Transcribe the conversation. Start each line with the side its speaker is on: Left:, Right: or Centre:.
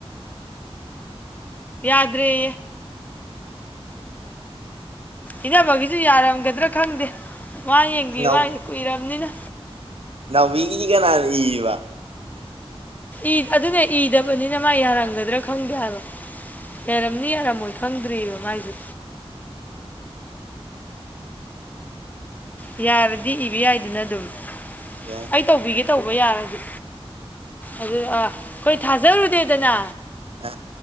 Left: ꯌꯥꯗ꯭ꯔꯦꯌꯦ ꯏꯅꯝꯕꯒꯤꯁꯨ ꯌꯥꯔꯝꯒꯗ꯭ꯔꯥ ꯈꯪꯗꯦ ꯃꯥ ꯌꯦꯡꯕꯤꯌꯨ
Right: ꯏꯅꯥꯎ
Left: ꯃꯥꯁꯨ ꯀꯨꯏꯔꯕꯅꯤꯅ
Right: ꯅꯥꯎꯕꯤꯒꯤꯗꯤ ꯀꯅꯥꯅ ꯏꯕ
Left: ꯏ ꯑꯗꯨꯅꯦ ꯏꯗꯕꯅꯤꯅ ꯃꯥ ꯌꯥꯔꯝꯒꯗ꯭ꯔꯥ ꯈꯪꯗꯦ ꯍꯥꯏꯕꯣ ꯂꯩꯔꯝꯅꯤ ꯌꯥꯔꯝꯃꯣꯏ ꯈꯪꯗ꯭ꯔꯤꯑꯕ ꯃꯥꯏꯁꯦ ꯌꯥꯔꯗꯤ ꯏꯕ ꯌꯥꯏꯗꯨꯅ ꯑꯗꯨꯝ
Right: ꯌꯥꯏ
Left: ꯑꯩ ꯇꯧꯕꯤꯒꯦ ꯇꯧꯕ ꯌꯥꯔꯗꯤ ꯑꯗꯨ ꯑ ꯑꯩꯈꯣꯏ ꯊꯥꯖꯔꯨꯗꯦꯗꯅ
Right: ꯑ